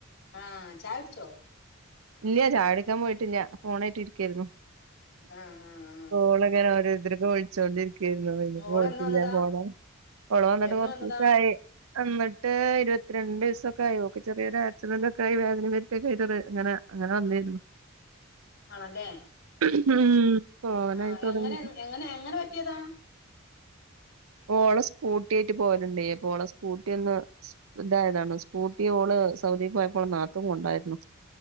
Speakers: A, on the left (about 55°); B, on the right (about 80°).
A: ആഹ് ചായുടിച്ചോ?
B: ഇല്ല ചായുടിക്കാൻ പോയിട്ടില്ല ഫോണായിട്ട് ഇരിക്കായിരുന്നു.
A: ആഹ് ആഹ് ആഹ്
B: കോളങ്ങനെ ഓരോരുത്തർക്കു വിളിച്ചോണ്ടിരിക്കായിരുന്നു <unintelligible>
A: മോള്
B: പോയിട്ടില്ല
A: എന്ന് വന്നതാ
B: പോണം ഫോണ് വന്നിട്ട്
A: എന്ന് വന്നതാ
B: <unintelligible> എന്നിട്ട് ഇരുപത്തിരണ്ട് ദിവസൊക്കെ ആയി ഓക്ക് ചെറിയൊരു ആക്‌സിഡന്റ് ഒക്കെയായി വേദന <unintelligible> അങ്ങനെ അങ്ങനെ വന്നെയേരുന്നു.
A: ആണല്ലേ?
B: ഉം പോവാനായി
A: ആഹ്
B: തുടങ്ങി
A: എങ്ങനെ എങ്ങനെ എങ്ങനെ പറ്റിയതാ?
B: ഓള് സ്കൂട്ടി ആയിട്ട് പോകലുണ്ടേ അപ്പോ ഓള സ്കൂട്ടി ഒന്ന് ഇതായതാണ് സ്കൂട്ടി ഓള് സൗദീ പോയപ്പോൾ ഓളെ നാത്തൂൻ കൊണ്ടോയിരുന്നു.